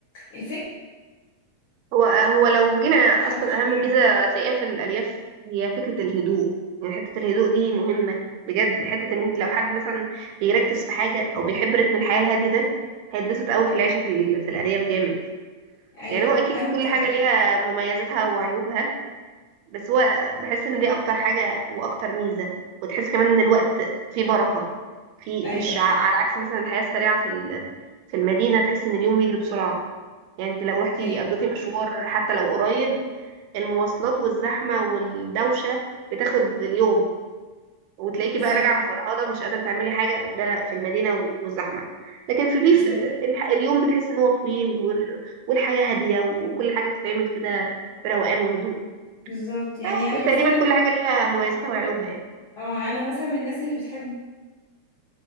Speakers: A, on the left; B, on the right.
A: الفكرة
B: هو هو لو جينا اصلا
A: تحضر شوية
B: اهم ميزه هتلاقيها في الالياف هي فكره الهدوء يعني حته الهدوء دي مهمه بجد حته ان انت لو حد مثلا بيركز في حاجه او بيحب رتم الحياه الهادي ده هيتبسط قوي في العيشه في ال- في الارياف جامد
A: أيوة
B: يعني هو اكيد
A: أنا
B: كل
A: كده
B: حاجه ليها مميزاتها وعيوبها بس هو بحس ان دي اكتر حاجة واكتر ميزة وتحس كمان ان الوقت فيه بركة في
A: أيوة
B: مش ع- على عكس مثلا الحياة السريعة في ال- في المدينة تحس ان اليوم بيجري بسرعة يعني انت لو رحتي
A: أيوة
B: قضيتي مشوار حتى لو قريب المواصلات والزحمة والدوشة بتاخد اليوم وتلاقيكي
A: بالظبط
B: بقى راجعة مفرهدة ومش قادرة تعملي حاجة ده لا، في المدينة والزحمة لكن في الريف
A: بالظبط
B: ال- الح- اليوم بتحس ان هو طويل والر- والحياة هادية وكل حاجة بتتعمل كده بروقان وهدوء
A: بالظبط يعني
B: أيوة،
A: أنا
B: تقريبا
A: مثلا
B: كل حاجة ليها مميزاتها وعيوبها يعني
A: اه أنا مثلا من الناس اللي بتحب